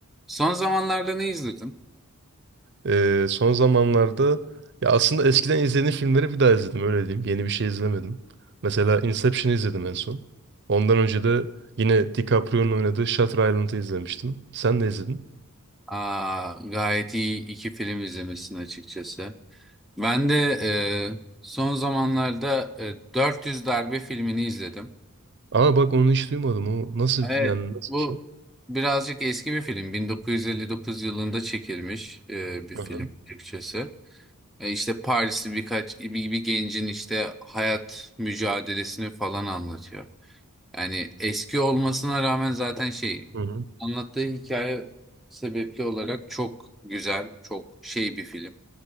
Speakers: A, in the centre; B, on the right.
A: Son zamanlarda ne izledin?
B: Ee, son zamanlarda ya aslında eskiden izlediğim filmleri bir daha izledim öyle diyeyim. Yeni bir şey izlemedim. Mesela Inception'ı izledim en son. Ondan önce de yine DiCaprio'nun oynadığı Shutter Island'ı izlemiştim. Sen ne izledin?
A: Aa, gayet iyi iki film izlemişsin açıkçası. Ben de e, son zamanlarda e, 400 Darbe filmini izledim.
B: Aa bak onu hiç duymadım. O nasıl
A: Evet,
B: yani nasıl
A: bu
B: bir şey?
A: birazcık eski bir film. 1959 yılında çekilmiş e, bir film
B: Hı hı.
A: Türkçesi. E, işte Parisli birkaç bir, bir gencin işte hayat mücadelesini falan anlatıyor. Yani eski olmasına rağmen zaten şey
B: Hı
A: anlattığı hikaye sebepli olarak çok güzel, çok şey bir film.